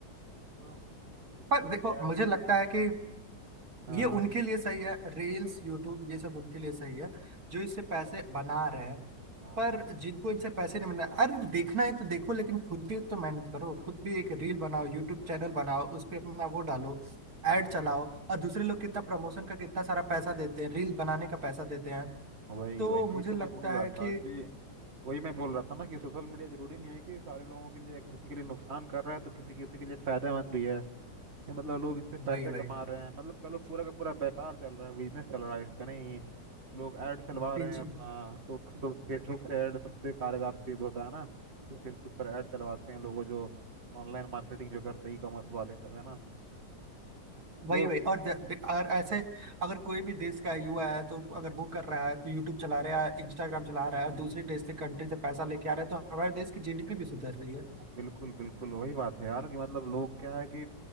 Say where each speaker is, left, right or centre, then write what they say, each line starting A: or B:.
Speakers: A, on the right (about 35°); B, on the right (about 55°).
A: तो इससे
B: पर देखो
A: क्या है
B: मुझे
A: कि
B: लगता है कि
A: हाँ
B: ये उनके
A: हाँ
B: लिए सही है रील्स यूट्यूब ये सब उनके लिए सही है जो इससे पैसे बना रहे हैं
A: हाँ
B: पर
A: हाँ
B: जिनको इनसे पैसे नहीं मिल रहे अरे देखना है तो देखो लेकिन खुद भी तो मेहनत करो खुद भी एक रील बनाओ यूट्यूब चैनल बनाओ उस पर अपना वो डालो एड
A: हम्म
B: चलाओ और दूसरे
A: बिल्कुल
B: लोग कितना
A: बिल्कुल
B: प्रमोशन का कितना सारा पैसा देते हैं रील बनाने का पैसा देते हैं
A: वही
B: तो
A: वही
B: मुझे
A: वही तो
B: लगता
A: मैं बोल रहा
B: है
A: था
B: कि
A: कि वही मैं बोल रहा था ना कि सोशल मीडिया जरूरी नहीं है कि सारे लोगों के लिए किसी के लिए नुकसान कर रहा है तो किसी किसी के लिए फायदेमंद भी है ये मतलब लोग इससे
B: वही
A: पैसे
B: वही
A: कमा रहे हैं मतलब कह लो पूरा का पूरा व्यापार चल रहा है बिजनेस चल रहा है इससे नहीं लोग ऐड चलवा
B: बीच-
A: रहे हैं अपना तो फेसबुक से ऐड सबसे कारगर सिद्ध होता है ना कि फेसबुक पर ऐड चलवाते हैं लोगों जो ऑनलाइन मार्केटिंग जो करते हैं ई कॉमर्स वाले सब है ना तो
B: वही वही और द- ब- और ऐसे अगर कोई भी देश का युवा है तो अगर वो कर रहा है तो यूट्यूब चला रहा है इंस्टाग्राम चला रहा है और दूसरे देश से कंट्री से पैसा लेके आ रहा है तो हमारे देश की जीडीपी भी सुधर रही है
A: बिल्कुल बिल्कुल वही बात है यार कि मतलब लोग क्या है कि